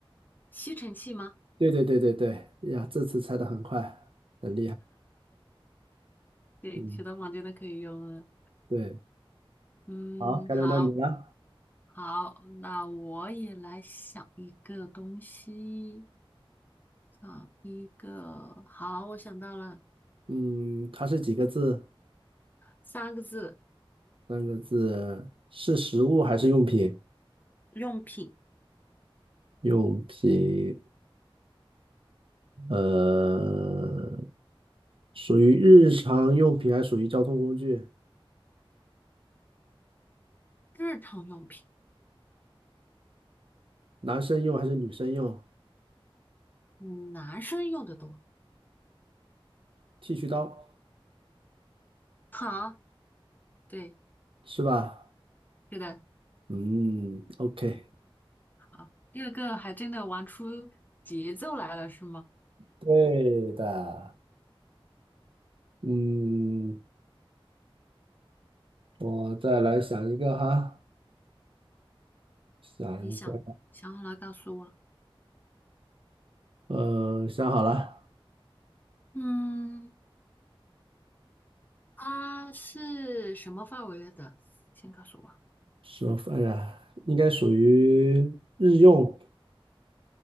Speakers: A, on the left (about 20°); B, on the right (about 65°).
A: 吸尘器吗？
B: 对对对对对，呀，这次猜的很快，很厉害。
A: 对，
B: 嗯，
A: 其他房间都可以用了。
B: 对，
A: 嗯，
B: 好，该轮到你了。
A: 好，好，那我也来想一个东西，想一个，好，我想到了
B: 嗯，它是几个字？
A: 三个字，
B: 三个字，是食物还是用品？
A: 用品，
B: 用品，呃，属于日常用品还是属于交通工具？
A: 日常用品，
B: 男生用还是女生用？
A: 嗯，男生用的多。
B: 剃须刀
A: 好，对，
B: 是吧？
A: 是的，
B: 嗯，OK，
A: 好，二个还真的玩出节奏来了，是吗？
B: 对的。嗯，我再来想一个哈，想一个，
A: 你想想好了告诉我。
B: 呃，想好了，
A: 嗯，啊，是什么范围内的？先告诉我，
B: 说，哎呀，应该属于日用，